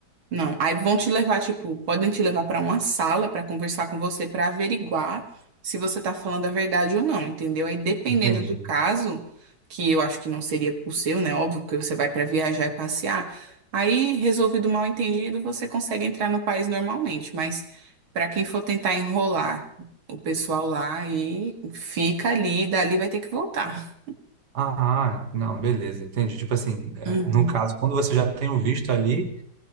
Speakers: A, on the right; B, on the right.
A: Não, aí vão te levar, tipo, podem te levar para uma sala para conversar com você, para averiguar se você tá falando a verdade ou não, entendeu? Aí dependendo
B: Entendi.
A: do caso, que eu acho que não seria o seu, né? Óbvio que você vai para viajar e passear. Aí, resolvido o mal-entendido, você consegue entrar no país normalmente, mas para quem for tentar enrolar o pessoal lá aí fica ali, e dali vai ter que voltar.
B: Ah, ah, não, beleza, entendi. Tipo assim, é,
A: Uhum.
B: no caso, quando você já tem o visto ali,